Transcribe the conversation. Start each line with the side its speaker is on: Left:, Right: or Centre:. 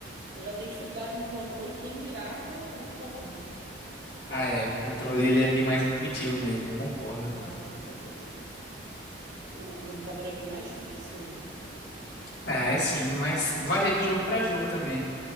Right: Eu já tenho dificuldade no controle, quem dirá no comando. <laughs>
Left: ah, é. O controle ele é bem mais intuitivo mesmo, eu concordo.
Right: Não, com certeza. O computador é bem mais difícil, né?
Left: É, é sim, mas varia de jogo pra jogo também.